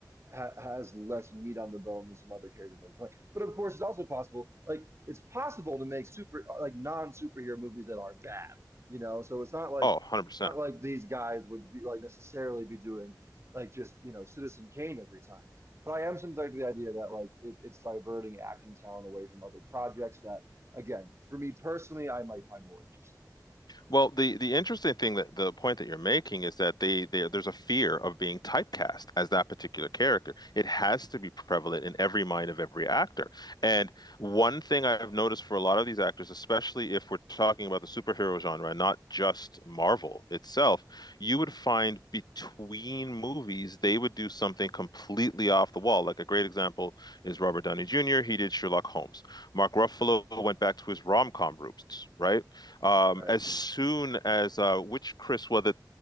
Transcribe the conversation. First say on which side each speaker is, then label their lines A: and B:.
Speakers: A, on the right; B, on the left.
A: ha has less meat on the bone than some other characters might be playing. But of course, it's also possible, like it's possible to make super like non-superhero movies that are bad, you know? So it's not like
B: Oh, 100%.
A: it's not like these guys would be like necessarily be doing like just, you know, Citizen Kane every time. But I am sympathetic to the idea that like it, it's diverting acting talent away from other projects that, again, for me personally, I might find more interesting.
B: Well, the the interesting thing that the point that you're making is that they, they there's a fear of being typecast as that particular character. It has to be prevalent in every mind of every actor. And one thing I've noticed for a lot of these actors, especially if we're talking about the superhero genre and not just Marvel itself, you would find between movies they would do something completely off the wall. Like a great example is Robert Downey Jr. He did Sherlock Holmes. Mark Ruffalo went back to his rom-com roots, right? Um,
A: Right.
B: as soon as uh, which Chris was it